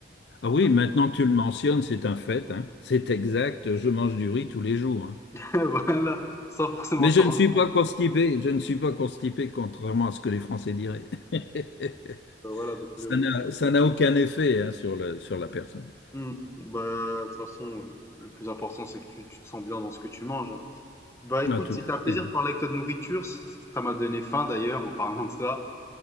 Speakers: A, on the left; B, on the left.
A: Ah oui,
B: <laughs>
A: maintenant que tu le mentionnes, c'est un fait, hein. C'est exact, je mange du riz tous les jours, hein.
B: Voilà, sans forcément
A: Mais je
B: s'en
A: ne
B: rendre
A: suis
B: compte.
A: pas constipé, je ne suis pas constipé, contrairement à ce que les Français diraient. <laughs>
B: Euh, Voilà, donc le
A: Ça
B: riz
A: n'a, ça n'a aucun effet, hein, sur le, sur la personne.
B: Mmh. Bah, de toute façon, heu, le plus important, c'est que tu tu te sens bien dans ce que tu manges, hein. Bah, écoute,
A: Ah, tout
B: c'était
A: à
B: un plaisir
A: fait.
B: de parler avec toi de nourriture. C ça m'a donné faim d'ailleurs en parlant de ça